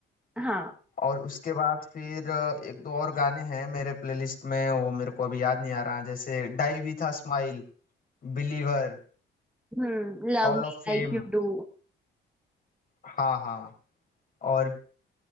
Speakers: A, in the centre; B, on the left (about 45°).
A: हाँ
B: और उसके बाद फिर अ, एक दो और गाने हैं मेरे प्लेलिस्ट में वो मेरे को अभी याद नहीं आ रहा जैसे die with a smile believer
A: हम्म love
B: hall
A: me
B: of fame
A: like you do
B: हाँ हाँ और